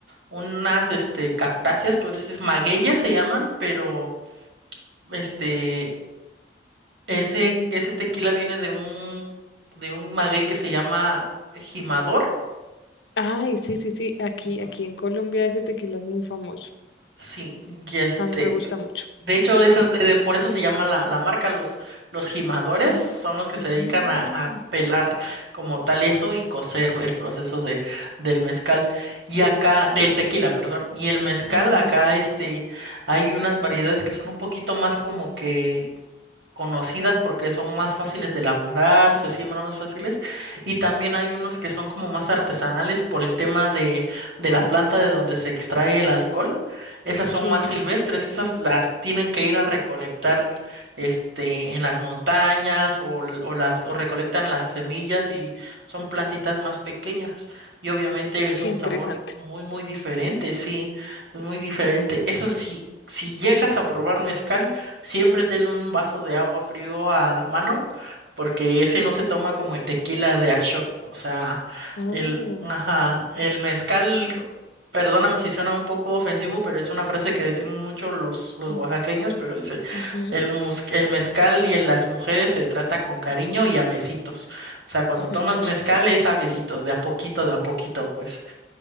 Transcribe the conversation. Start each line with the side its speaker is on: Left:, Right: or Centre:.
Right: unas, este, cactáceas, por eso es magueyes se llaman, pero, este, Ese,
Left: mm,
Right: ese tequila viene de un, de un maguey que se llama Jimador.
Left: Ay, sí, sí, sí. Aquí,
Right: Ujú.
Left: aquí en Colombia ese tequila es muy famoso.
Right: Sí, y este,
Left: A mí me gusta
Right: de
Left: mucho.
Right: de hecho, esas de- de- por eso se llama la, la marca, los, los jimadores
Left: Mm,
Right: son los que
Left: mm,
Right: se dedican a, a pelar como tal eso y cocer el proceso de, del mezcal. Y acá, del tequila, perdón. Y el mezcal,
Left: ujú.
Right: acá este, hay unas variedades que son un poquito más como que conocidas porque son más fáciles de elaborar, se siembran más fáciles, y también hay unos que son como más artesanales por el tema de, de la planta de donde se extrae el alcohol. Esas son
Left: Sí,
Right: más silvestres, esas las tienen que ir a recolectar este, en las montañas o, l- o las, o recolectan las semillas y son plantitas más pequeñas. Y obviamente es
Left: qué
Right: un
Left: interesante.
Right: sabor muy, muy diferente, sí, es muy diferente. Eso sí, si llegas a probar mezcal, Siempre ten un vaso de agua frío a la mano, porque ese no se toma como el tequila de a shot. O sea,
Left: Oh.
Right: el, ajá, el mezcal, perdóname si suena un poco ofensivo, pero es una frase que decimos mucho los, los
Left: ujú,
Right: oaxaqueños, pero dice,
Left: ujú.
Right: el, mus- el mezcal y en las mujeres se trata con cariño y a besitos. O sea, cuando
Left: <laughs>
Right: tomas mezcal es a besitos, de a poquito, de a poquito, pues.